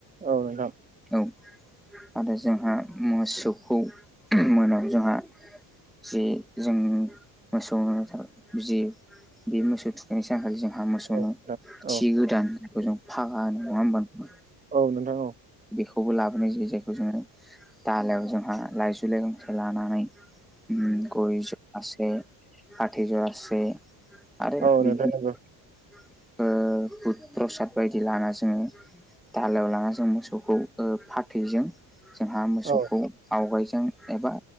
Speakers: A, on the right (about 15°); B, in the centre.
A: औ नोंथां।
B: औ आरो जोंहा मोसौखौ मोनायाव जोंहा जे जों मोसौ <unintelligible> जे बे मोसौ थुखैनाय सानखालि जोंहा मोस खौनो
A: औ नोंथां औ नोंथां औ
B: थि गोदान जों फागा होनो नङा होनबा नोंथां?
A: औ नोंथां औ।
B: बेखौबो लाबोनाय जायो जायखौ जोङो दालायाव जोंहा लाइजौलाइ गांसे लानानै उम गय जरासे फाथै जरासे आरो
A: औ
B: बि
A: नोंथां
B: <unintelligible>
A: नंगौ
B: ओ बुद प्रसाद बायदि लाना जोङो धालायाव लाना ज जों मोसौखौ ओ फाथैजों जोंहा मोसौखौ
A: औ
B: आवगायजों एबा